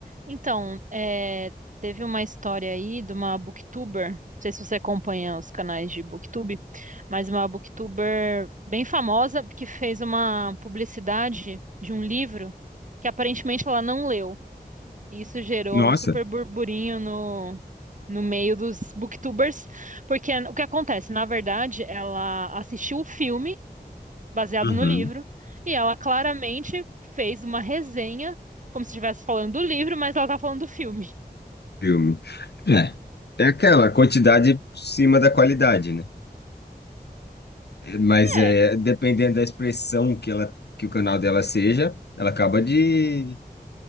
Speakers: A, on the right; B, on the left.
A: Então, é, teve uma história aí de uma booktuber, não sei se você acompanha os canais de booktube, mas uma booktuber bem famosa que fez uma publicidade de um livro que aparentemente ela não leu. E isso gerou
B: Nossa.
A: um super burburinho no, no meio dos booktubers, porque o que acontece? Na verdade, ela assistiu o filme baseado
B: Uhum.
A: no livro, e ela claramente fez uma resenha, como se estivesse falando do livro, mas ela tá falando do filme.
B: Filme. É. É aquela quantidade por cima da qualidade, né? Mas
A: É,
B: é dependendo da expressão que ela que o canal dela seja, ela acaba de,